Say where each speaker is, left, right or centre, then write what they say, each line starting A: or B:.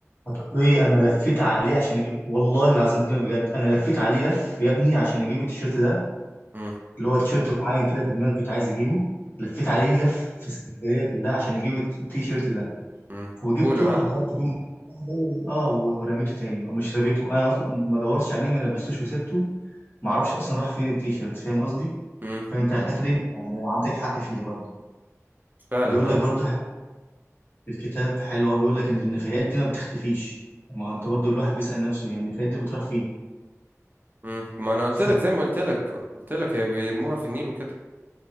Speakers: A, on the left; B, on the right.
A: هتقولي انا لفيت عليه عشان اجيب والله العظيم بكلمك بجد انا لفيت عليه لف يا ابني عشان اجيب التيشيرت ده
B: مم.
A: اللي هو تيشيرت معين كده في دماغي كنت عايز اجيبه لفيت عليه
B: مم.
A: لف في اسكندريه كلها عشان اجيب الت- التيشيرت ده
B: مم.
A: وجبته
B: بولو ها
A: حضرت بيه واحده و- اه و- ورميته تاني او مش رميته انا اصلا ما دورتش عليه ما لبستوش وسبته ما اعرفش اصلا راح فين التيشيرت فاهم قصدي
B: مم.
A: فانت الحته دي انت يعني عندك حق فيها برضه
B: فعلا
A: بيقول لك
B: اه
A: برضه حته الكتاب حلو قوي بيقول لك ان النفايات دي ما بتختفيش ما هو انت برضه الواحد بيسال نفسه يعني النفايات دي بتروح
B: مم. ما انا قلت
A: فين
B: لك زي ما قلت لك قلت لك هي بيرموها في النيل وكده